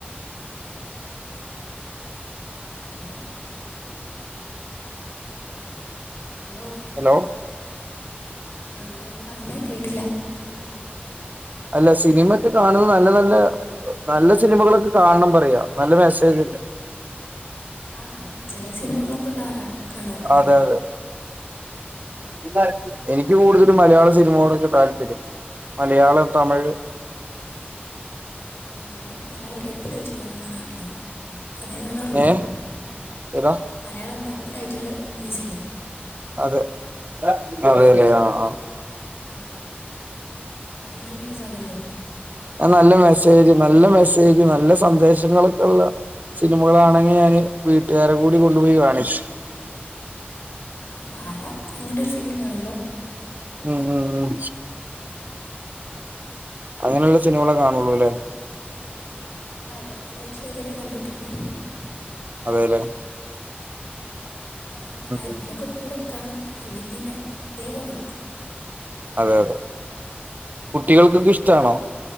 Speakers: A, on the left; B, on the right.
A: ഹലോ ഹലോ
B: ഹലോ
A: ആ എന്തേരുന്നു പറഞ്ഞേ കേ ട്ടില്ല
B: അല്ല സിനിമെക്കെ കാണുന്ന നല്ല നല്ല നല്ല സിനിമകളൊക്കെ കാണണം പറയാ നല്ല മെസ്സെജ് ഇണ്ട്
A: ആ അങ്ങനെ ചെല സിനിമകളൊക്കെ കാറാ കാണാറ് ഇണ്ട്
B: അതെ അതെ <unintelligible> എനിക്ക് കൂടുതലും മലയാള സിനിമകളോടൊക്കെ താല്പര്യം മലയാളം തമിഴ്
A: ആ ഞാൻ മലയാളി ഡബ്ഡ് ആയിട്ട് ഇള്ളതാ കാണാർ ഇള്ളത് അതേ കാണാറൊള്ളു
B: ഏ ഏതാ
A: മലയാളം ഡബ് പ്ഡ് ആയിട്ട് ഇള്ള മൂവീസ് ഇല്ലെ
B: അത് <unintelligible> അതെ ലെ ആ ആ
A: അ ആ അത് നല്ല രസ ആണല്ലോ
B: അയ് നല്ല മെസ്സേജ് നല്ല മെസ്സെ സെജും നല്ല സന്ദേശങ്ങളൊക്കെ ഉള്ള സിനിമകളാണെങ്കി ഞാന് വീട്ടാരെ കൂടി കൊണ്ടുപോയി കാണിച്ചു
A: ആ വാഴ അങ്ങനെ ഒരു ഫിലിമാണല്ലോ
B: ഉം ഉം ഉം അങ്ങനെയുള്ള സിനിമകളെ കാണു ഒള്ളു ലെ
A: ആ ഡബ്ബ്ഡായിട്ട് ഇള്ളെ ഇത് വെരെ കണ്ടിട്ടൊള്ളു
B: അതെ ലെ
A: അതും ആരെങ്കിലും
B: ഉം
A: ഒക്കെ കൂടെ കാണും ഇല്ലെങ്കിൽ ഞാൻ വേഗം ഉറങ്ങിപ്പോകും
B: അതെ അതെ കുട്ടികൾക്കൊക്കെ ഇഷ്ടാണോ